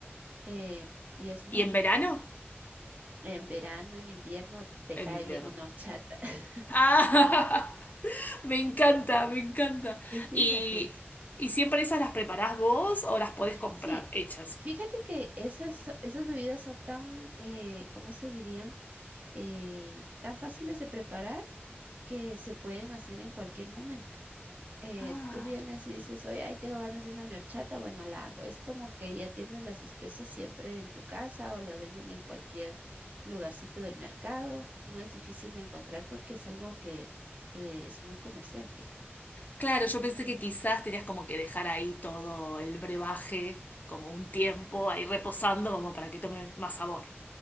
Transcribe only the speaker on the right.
eh, y es muy
rica.
En verano, en invierno, te
cae
bien una horchata. <laughs>
Sí, fíjate.
Sí,
fíjate que esas, esas bebidas son tan, eh, ¿cómo se diría? eh, tan fáciles de preparar que se pueden hacer en cualquier momento. Eh,
tú vienes y dices, oye, ahí tengo ganas de una mi horchata, bueno, la hago. Es como que ya tienes las especies siempre en tu casa o las venden en cualquier lugarcito del mercado. No es difícil de encontrar porque es algo que eh, es muy comercial, fíjate.